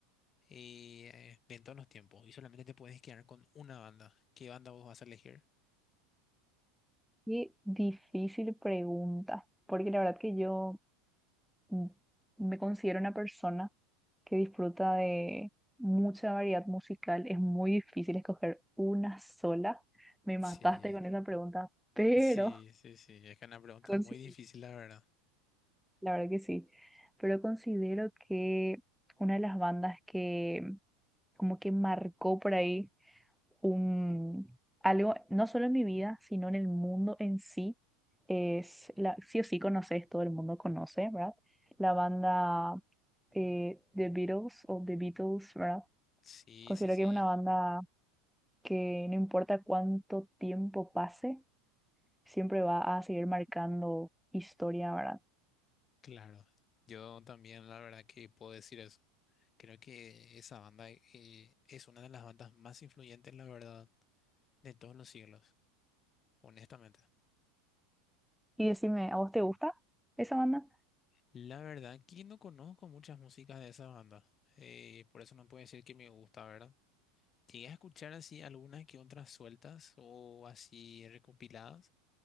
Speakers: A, on the left; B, in the centre.
A: eh, de todos los tiempos y solamente te puedes quedar con una banda. ¿Qué banda vos vas a elegir?
B: qué difícil pregunta, porque la verdad que yo mm, me considero una persona que disfruta de mucha variedad musical. Es muy difícil escoger una sola. Me
A: Sí,
B: mataste con esa pregunta, pero
A: sí, sí, sí. Es que es una pregunta
B: <laughs> consi-
A: muy difícil, la verdad.
B: la verdad que sí, pero considero que una de las bandas que como que marcó por ahí un, algo, no solo en mi vida, sino en el mundo en sí, es, la, sí o sí conoces, todo el mundo conoce, ¿verdad? La banda eh, The Beatles o The Beatles, ¿verdad?
A: Sí,
B: Considero
A: sí, sí,
B: que es una banda que no importa cuánto tiempo pase, siempre va a seguir marcando historia, ¿verdad?
A: claro. Yo también la verdad que puedo decir eso. Creo que esa banda eh, es una de las bandas más influyentes, la verdad, de todos los siglos, honestamente.
B: Y decime, ¿a vos te gusta esa banda?
A: La verdad que no conozco muchas músicas de esa banda, eh, por eso no puedo decir que me gusta, ¿verdad? Llegué a escuchar así algunas que otras sueltas o así recopiladas,